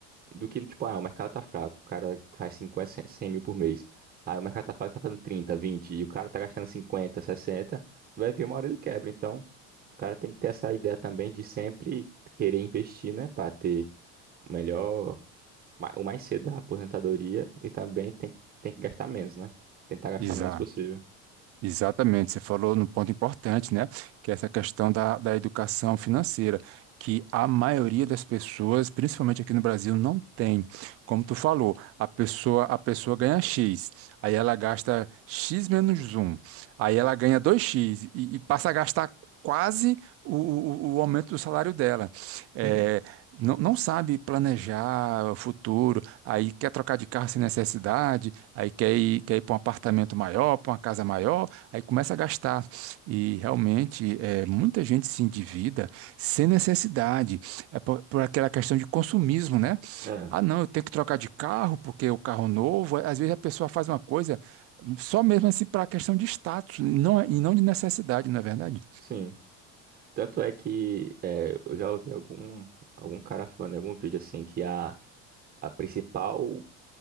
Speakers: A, on the right; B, on the right.
A: do que, tipo, ah, o mercado tá fraco, o cara faz 50 100 100 mil por mês. Aí o mercado tá fraco, tá fazendo 30 20 e o cara tá gastando 50 sessenta vai vir uma hora ele quebra. Então, o cara tem que ter essa ideia também de sempre querer investir, né, pra ter o melhor, ma- o mais cedo da aposentadoria e também tem, tem que gastar menos, né? Tentar gastar
B: Exato.
A: menos possível.
B: Exatamente, você falou num ponto importante, né? Que é essa questão da, da educação financeira, que a maioria das pessoas, principalmente aqui no Brasil, não tem. Como tu falou, a pessoa, a pessoa ganha X, aí ela gasta X menos um aí ela ganha dois x e, e passa a gastar quase o, o, o aumento do salário dela. É,
A: Sim,
B: não, não sabe planejar o futuro, aí quer trocar de carro sem necessidade, aí quer ir, quer ir para um apartamento maior, para uma casa maior. Aí começa a gastar e realmente é, muita gente se endivida sem necessidade, é por, por aquela questão de consumismo, né?
A: é,
B: Ah, não, eu tenho que trocar de carro porque o carro novo. Às vezes a pessoa faz uma coisa só mesmo assim para a questão de status, não, é- e não de necessidade, não é verdade?
A: sim. Tanto é que é, eu já ouvi algum, algum cara falando em algum vídeo assim que a a principal